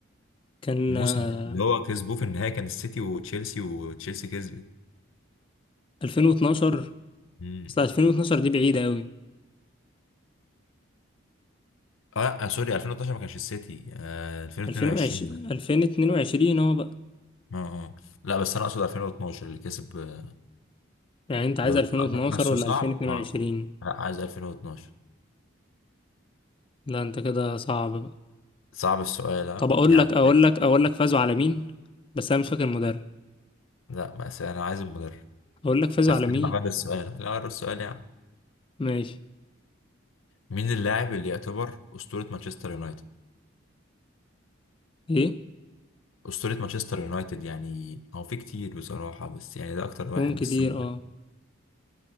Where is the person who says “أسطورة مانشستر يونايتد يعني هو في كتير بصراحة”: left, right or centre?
Left